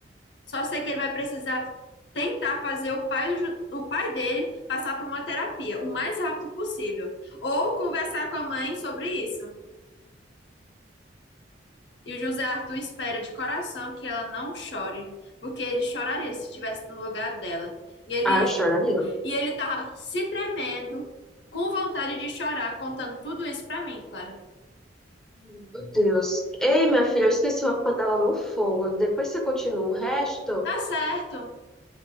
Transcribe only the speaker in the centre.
Ah, chora ali, ó.
Meu Deus. Ei, minha filha, eu esqueci uma panela no fogo. Depois você continua o resto?